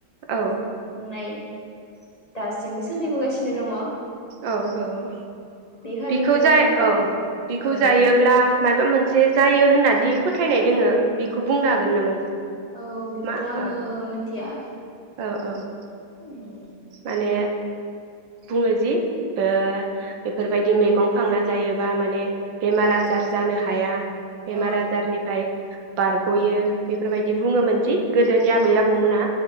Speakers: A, on the right; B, on the left.
A: औ।
B: बुंनाय दासिमबो सोलिबोगासिनो दङ।
A: औ औ औ
B: बे खालि
A: बिखौ
B: जोङो
A: जा औ बिखौ
B: अ
A: जायोब्ला
B: दे
A: मायाबा मोनसे जायो होनना दि फोथायनाय दोङो बेखौ बुंनो हागोन नामा?
B: औ बेखौथ'
A: मा
B: आङो
A: ओ
B: मोनथिया।
A: औ औ।
B: उम।
A: माने बुङो जि ओ बेफोरबायदि मैगं खांना जायोबा माने बेमार आजार जानो हाया बेमार
B: औ
A: आजारनिफाय बारग'यो बेफोरबायदि बुङोमोन दि। गोदोनि आबै आबौमोना